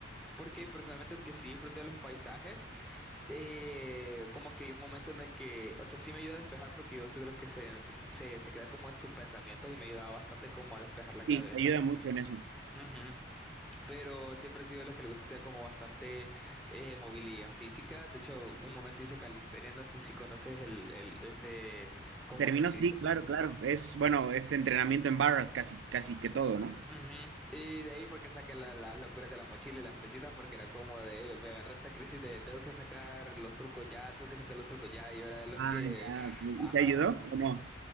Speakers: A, in the centre; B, on the right (about 75°).
A: Porque personalmente, aunque sí disfruto de los paisajes, eh, como que hay un momento en el que, o sea, sí me ayuda a despejar porque yo soy de los que se, se, se queda como en sus pensamientos y me ayudaba bastante como a despejar la cabeza.
B: Sí, te ayuda mucho en eso.
A: Ujú. Pero siempre he sido de los que le gusta tener como bastante eh, movilidad física. De hecho, un momento hice calistenia, no sé si conoces el, el- ese como
B: Terminó,
A: ejercicio.
B: sí, claro, claro. Es, bueno, es entrenamiento en barras casi, casi que todo, ¿no?
A: Ujú. Y de ahí fue que saqué la- las locuras de la mochila y las pesitas porque era como de, me agarró esta crisis de tengo que sacar los trucos ya, tengo que sacar los trucos ya, y yo era de los
B: Ah,
A: que,
B: ya, ok. ¿Y
A: ajá,
B: te ayudó o no?